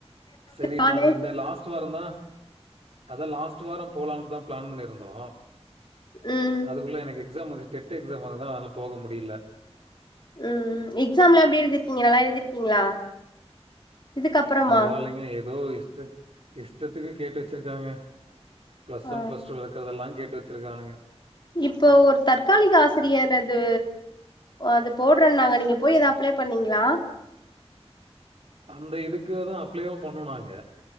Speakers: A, on the right; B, on the left.
A: சேரி
B: நானு
A: நாங்க இந்த லாஸ்ட் வாரோ தா அதா லாஸ்ட் வாரம் போலான்தான் பிளான் பண்ணியிருந்தோ
B: உம்
A: அதுக்குள்ளே எனக்கு எக்ஸாம் வந்து டெட் எக்ஸாம் வந்ததா அதனால போக முடியல
B: ம் ம் எக்ஸாம் எல்லா எப்படி எழுதிருக்கீங்க நல்லா எழுதிருக்கீங்களா இதுக்கப்புறமா
A: பரவாயிலைங்க ஏதோ இஷ்ட இஷ்டத்துக்கு கேட்டு வச்சிருக்காங்க பிளஸ்
B: ஆ
A: ஒன் பிளஸ் டூ ல இருக்குரதெல்லா கேட்டு வச்சிருக்கானுங்க
B: இப்போ ஒரு தற்காலிக ஆசிரியா அது அது போடுறேன் நாங்கள் நீங்கள் போய் எது அப்ளை பண்ணீங்களா
A: அந்த இதுக்கே தான் அப்ளேவு பண்ணோ நாங்க